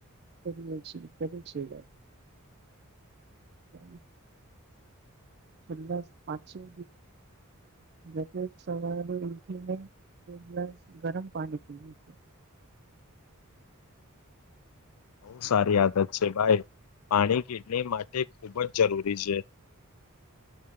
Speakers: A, on the right; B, on the left.
A: કરી છે હ એ છેલ્લા પાંચમ દિવસથી સવા ઉઠીને એક ગ્લાસ ગરમ પાણી પી લ છેું
B: <unintelligible> બહુ સારી આદત છે ભાઈ પાણી કિડની માટે ખૂબ જ જરૂરી છે